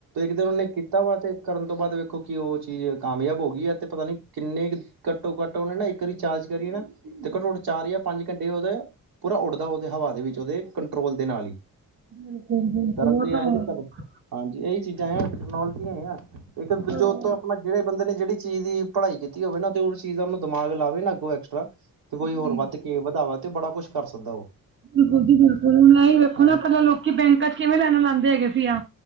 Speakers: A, on the right (about 80°); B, on the right (about 30°).
A: ਉਹਨਾਂ। ਨੇ। ਕੀਤਾ। ਵਾ। ਤੇ। ਕਰਨ। ਤੋਂ। ਬਾਅਦ। ਵੇਖੋ। ਕਿ। ਉਹ। ਚੀਜ਼। ਕਾਮਯਾਬ। ਹੋ। ਗਈ। ਆ। ਤੇ। ਪਤਾ। ਨੀ। ਕਿੰਨੇ। ਕੁ। ਘੱਟੋ। ਘੱਟ। ਉਹਨੇ। ਨਾ। ਇੱਕਚਾਰਜ। ਕਰੀਏ। ਨਾ। ਤੇ। ਘੱਟੋ। ਘੱਟੋ। ਚਾਰ। ਜਾਂ। ਪੰਜ। ਘੰਟੇ। ਉਹਦੇ। ਪੂਰਾ। ਉੱਡਦਾ। ਉਹਦੇ। ਹਵਾ। ਦੇ। ਵਿੱਚ। ਉਹਦੇ। ਕੰਟਰੋਲ। ਦੇ। ਨਾਲ। ਹੀ।
B: ਬਿਲਕੁਲ ਬਿਲਕੁਲ
A: ਕਰਨ। ਤੇ।
B: ਉਹ ਤਾਂ
A: ਆਏ।
B: ਹੈ
A: ਤੇ।
B: ਹੀ।
A: ਕਰਨ। ਹਾਂਜੀ। ਇਹੀ। ਚੀਜ਼ਾਂ। ਹੈ। ਟੈਕਨੋਲੋਜੀ। ਹੈ। ਆ। ਇੱਕ। ਦ।
B: ਬੜੀਆਂ
A: ਜੋ। ਉਤੋਂ। ਆਪਣਾ। ਜਿਹੜੇ। ਬੰਦੇ। ਨੇ। ਜਿਹੜੀ। ਚੀਜ਼। ਦੀ। ਪੜ੍ਹਾਈ। ਕੀਤੀ। ਹੋਵੇ। ਨਾ। ਤੇ। ਉਹ। ਚੀਜ਼। ਦਾ। ਦਿਮਾਗ। ਲਾਵੇ। ਨਾ। ਅੱਗੋਂ। ਐਕਸਟਰਾ। ਤੇ। ਕੋਈ।
B: ਜੀ
A: ਹੋਰ। ਵੱਧ। ਕੇ। ਵਧਾਵਾਮ ਤੇ। ਬੜਾ। ਕੁਛ। ਕਰ। ਸਕਦਾ। ਉਹ।
B: ਬਿਲਕੁਲ। ਜੀ। ਬਿਲਕੁਲ। ਹੁਣ। ਵੇਖੋ।
A: ਹਾਂ
B: ਨਾ। ਪਹਿਲਾਂ। ਲੋਕੀ। ਬੈਂਕਾਂ। ਚ। ਕਿਵੇਂ। ਲੈਣਾ। ਲਾਦੇ। ਹੈਗੇ। ਸੀ। ਆ।